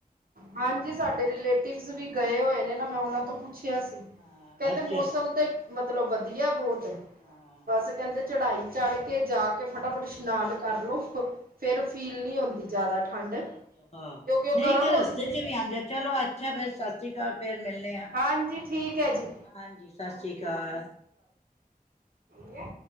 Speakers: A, on the right; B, on the left.
A: ਹਾਂਜੀ। ਸਾਡੇ ਰਿਲੇਟਿਵ ਵੀ ਗਏ ਹੋਏ ਨੇ ਨਾ। ਮੈਂ ਉਹਨਾਂ ਤੋਂ ਪੁੱਛ ਕਿਹਾ ਸੀ।
B: ਹਾਂ
A: ਕਹਿੰਦੇ
B: ਅੱਛਾ
A: ਮੌਸਮ ਤੇ ਮਤਲਬ ਵਧੀਆ ਬਹੁਤ
B: ਹਾਂ
A: ਬਸ ਕਹਿੰਦੇ। ਚੜ੍ਹਾਈ ਚੜ੍ਹ ਕੇ ਜਾ ਕੇ ਫਟਾਫਟ ਇਸ਼ਨਾਨ ਕਰਲੋ। ਫੇਰ ਫੀਲ ਨਹੀ ਹੁੰਦੀ। ਜ਼ਿਆਦਾ ਠੰਡ
B: ਹਾਂ,
A: ਕਿਉਂਕਿ ਉਹ
B: ਨਹੀਂ
A: ਗਰਮ
B: ਤੇ ਰਸਤੇ
A: ਹੁੰਦੀ
B: ਵੀ ਆਉਂਦੇ। ਚਲੋ, ਅੱਛਾ ।ਫੇਰ ਸਤਿ ਸ੍ਰੀ ਅਕਾਲ। ਫੇ, ਰ ਮਿਲਣੇ ਹ
A: ਹਾਂਜੀ ਠੀਕ ਹੈ ਜੀ
B: ਹਾਂਜੀ। ਸਤਿ ਸ੍ਰੀ ਅਕਾਲ।
A: ਹੈ।